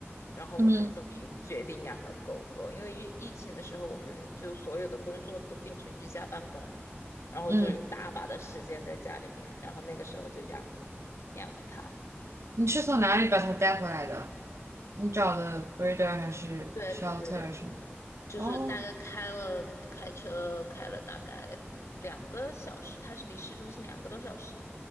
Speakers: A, on the left; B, on the right.
A: 然后我才终于决定养了狗狗。
B: 嗯
A: 因为疫疫情的时候，我们就所有的工作都变成居家办公了然后就有大把的时间在家里面，
B: 嗯，
A: 然后那个时候就养了养了它。
B: 你是从哪里把它带回来的？你找的 breeder 还是
A: 对，
B: shelter
A: 是的，
B: 什么的？
A: 就是大概开了开车开了大概两个小时，
B: 哦，
A: 它是离市中心两个多小时